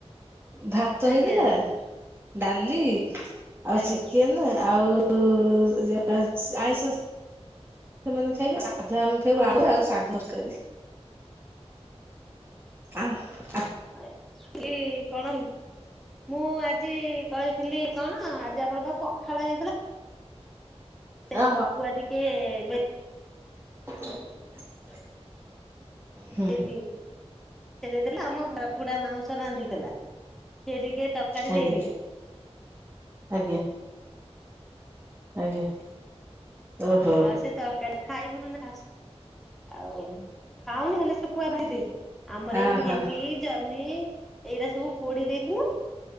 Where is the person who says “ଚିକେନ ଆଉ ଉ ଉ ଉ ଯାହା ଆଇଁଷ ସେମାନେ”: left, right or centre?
Right